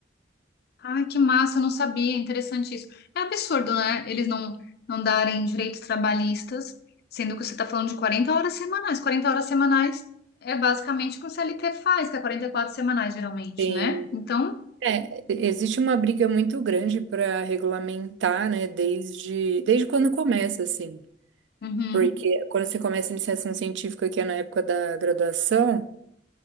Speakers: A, on the left; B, on the right.
A: Ai, que massa, eu não sabia, interessante isso. É absurdo, né? Eles não, não darem direitos trabalhistas, sendo que você está falando de 40 horas semanais. 40 horas semanais é basicamente o que o CLT faz, que é 44 semanais, geralmente,
B: Tem,
A: né? Então,
B: é, existe uma briga muito grande para regulamentar, né, desde, desde quando começa, assim.
A: uhum,
B: Porque quando você começa a iniciação científica, que é na época da graduação,